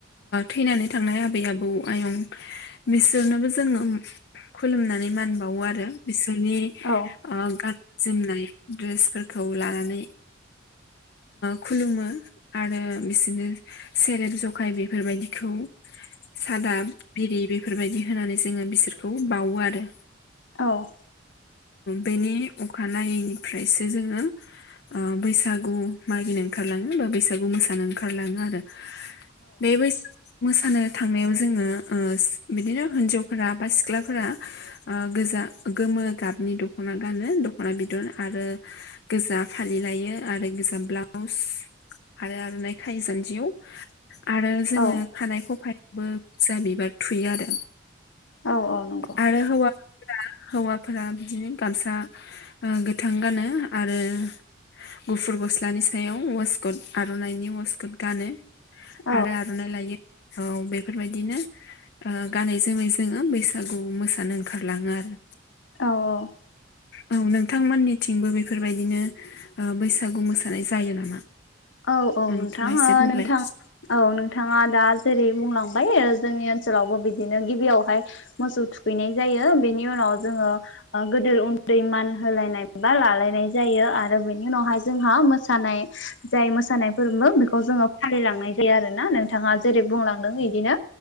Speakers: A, on the left; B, on the left.
A: थैनानै थांनाय आबै आबौ आयं बिसोरनोबो जोङो खुलुमनानै मान बावो आरो बिसोरनि
B: औ
A: गाननाय जोमनाय ड्रेसफोरखौ लानानै खुलुमो आरो बिसोरनो सेरेब जखाय बेफोरबायदिखौ सादा बिरि बेफोरबायदि होनानै जोङो बिसोरखौ बावो आरो
B: औ
A: बेनि अखानायैनिफ्रायसो जोङो ओ बैसागु मागिनो ओंखारलाङो बा बैसागु मोसानो ओंखारलाङो आरो बे बैसाग मोसानो थांनायाव जोङो ओ बिदिनो हिन्जावफोरा बा सिख्लाफोरा ओ गोजा गोमो गाबनि दख'ना गानो दख'ना बिदन आरो गोजा फालि लायो आरो गोजा ब्लाउस आरो आर'नाइ खायो जान्जियाव आरो जोङो
B: औ
A: खानाय खफायावबो <unintelligible> बिबार थुयो आरो
B: औ औ नंगौ
A: आरो हौवा हौवाफोरा बिदिनो गामसा ओ गोथां गानो आरो गुफुर गस्लानि सायाव वासकट आर'नाइनि वासकद गानो
B: औ
A: आरो आर'नाइ लायो औ बेफोरबायदिनो ओ गानै जोमै जोङो बैसागु मोसानो ओंखारलाङो आरो
B: औ औ
A: औ नोंथांमोननिथिंबो बेफोरबायदिनो ओ बैसागु मोसानाय जायो नामा
B: औ औ
A: नोंथाङा
B: नोंथां
A: एसे
B: ओ
A: बुंलाय
B: नोंथां औ नोंथाङा दा जेरै बुंलांबाय जोंनि ओनसोलावबो बिदिनो गिबियावहाय मोसौ थुखैनाय जायो बेनि उनाव जोङो ओ गोदोर उन्दै मान होलायनाय बा लालायनाय जायो आरो बेनि उनावहाय जोंहा मोसानाय जाय मोसानाय फोरबो बेखौ जोङो फालिलांनाय जायो आरो ना नोंथाङा जेरै बुंलांदों इदिनो